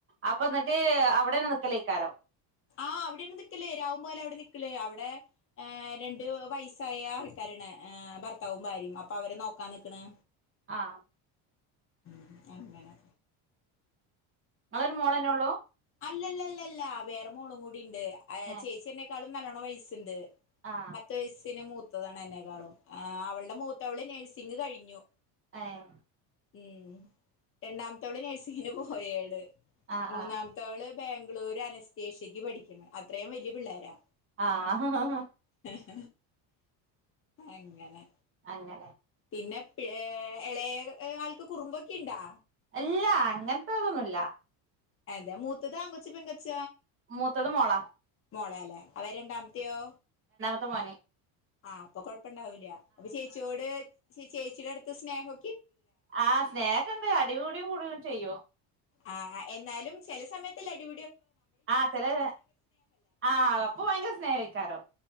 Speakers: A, on the right; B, on the left.
A: അപ്പൊ എന്നിട്ട് അവിടാന്നോ വെക്കലൊക്കെ
B: ആഹ് അവിടാണ് നിക്കല് രാവും പകലും അവിടെ നിക്കല് അവിടെ രണ്ട് വയസ്സായ ആൾക്കാരാണ് ഭർത്താവും ഭാര്യയും അപ്പൊ അവരെ നോക്കാ നിക്കണ്
A: ആഹ
B: ഉം എങ്ങനെ
A: നിങ്ങളൊരു മോളന്നെ ഉള്ളൂ
B: അല്ലല്ല അല്ലല്ല വേറെ മോളും കൂട്ടി ണ്ട്
A: ഏ
B: ചേച്ച <unintelligible> ളും നല്ലോണം വയസ്സുണ്ട്
A: ആ
B: പത്ത് വയസ്സന് മൂത്ത മൂത്തതാണ് എന്നെക്കാളും ആ അവളുടെ മൂത്തവള് നഴ്സിംഗ് കഴിഞ്ഞു
A: ആഹ
B: ഉം രണ്ടാമത്തവള് നഴ്സിങ്ങിന് പോയട്
A: ആ
B: മൂന്നാത്തവള്
A: ആ
B: ബാംഗ്ലൂര് അനസ്തേഷ്യക്ക് പഠിക്കണ് അത്രയും വലിയ പിള്ളോരാ
A: ആ ഹഹഹ
B: ഹി അങ്ങനെ
A: അങ്ങെ <unintelligible>
B: പിന്നെ പി ഇളയ ആൾക്ക് കുറുമ്പൊക്കെ ഉണ്ടാ
A: ഇല്ല അങ്ങാത്തതൊന്നും ഇല്ല
B: അതെ മൂത്തത് ആൺകുട്ടി <unintelligible> ച്ച
A: മൂത്തത് മോളാ
B: മോളാലേ അപ്പൊ രണ്ടാമത്തയോ
A: വർമാ <unintelligible>
B: ആഹ് അപ്പൊ കൊഴപ്പം പ്പണ്ടാവില്ല അപ്പൊ ചേച്ചിയോട് ചേച്ചിയുടെ അടുത്ത് സ്നേഹൊ
A: ആഹ് സ്നേഹണ്ട് അടികൂടി കുറിയും ചെയ്യും
B: ആ അ എന്നാലും ചെല സമയത്തല്ലേ അടിപി
A: ആ ചെലര് ആഹ് അപ്പു ഭയങ്കര സ്നേഹിക്കാരോ